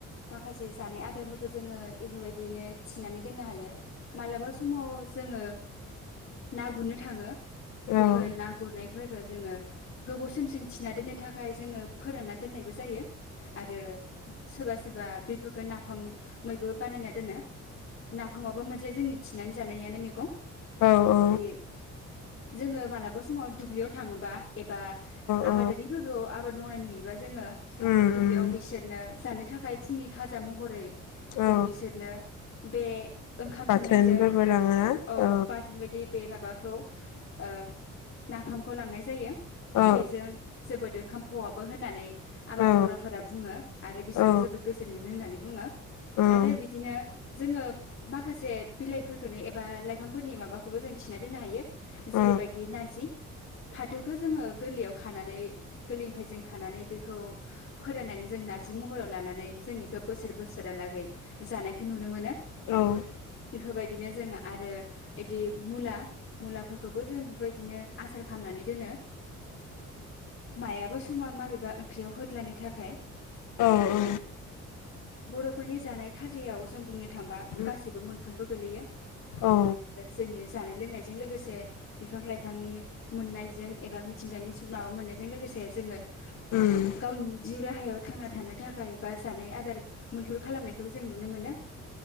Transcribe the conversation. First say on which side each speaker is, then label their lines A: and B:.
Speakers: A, on the left (about 45°); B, on the left (about 85°).
A: माखासे जानाय आदारफोरखौ जोङो बेफोरबायदियैनो थिनानै दोननो हायो । मालाबा समाव जोङो ना गुरनो थाङो
B: औ
A: बेफोर ना गुरनायफोरखौ जोङो गोबाव समसिम थिना दोननो थाखाय जोङो फोरानना दोननायबो जायो । आरो सोरबा सो सोरबा बेफोरखौ नाफामैबो बानायना दोनो। नाफामाबा मोनसे जोंनि थिनानै जानायानो मेगं।
B: औ औ।
A: जोंओ मालाबा समाव दुुब दुब्लियाव थाङोबा एबा
B: औ
A: आबादारिफोरखौ आबाद मावनाय नुयोबा जोङो
B: उम उम
A: दुब्लियाव
B: ।
A: बिसोरनो जानो थाखाय फुंनि खाजा महरै जों
B: औ
A: बिसोरनो। बे ओंखाम
B: बाथोनफोरबो
A: सोमनायजों
B: लाङोना
A: अ
B: औ
A: बाथोन बायदि बे माबाखौ ओ नाफामखौ लांनाय जायो ।
B: औ
A: बेजों जोबोद ओंखाम खहाबो होननानै आबाद
B: औ
A: मावग्राफोरा बुङो । आरो बिसोरो
B: औ
A: जोबोद गो जोन मोनो होननानै बुङो
B: औ उम
A: आरो बिदिनो जोङो माखासे बिलाइफोरखोनो एबा लाइफांफोरनि माबा खौबो जों थिना दोननो हायो जेरैबायदि
B: औ
A: नार्जि फाथौखौ जोङो गोरलैयाव खानानै गोरलैनिफ्राय जों खानानै बेखौ फोराननानै जों नार्जि महराव लानानै जों इखो बोसोर बोसोरहालागै जानायखौ नुनो मोनो
B: औ
A: बेफोरबायदिनो जोङो आरो एदि मुला मुलाफोरखौबो जों <unintelligible> दिनो आसार खामनानै दोनो मायाबा समा माबेबा ओंख्रियाव होदलानो थाखाय
B: औ औ
A: बर'फोरनि जानाय खाजायाव जों बुंनो थांबा
B: उम
A: गासैबो मोनफ्रोमबो गोलैयो
B: औ
A: जोंङो जानाय लोंनायजों लोगोसे बिफां लाइ फांनि मोननायजों एबा बिब मिथिंगानि माबा मोननायजों लोगोसे जोङो
B: उम
A: गावनि जिउ राहायाव थांना थानो थाखाय बा जानाय आदार मैहुर खालामनायखौ जों नुनो मोनो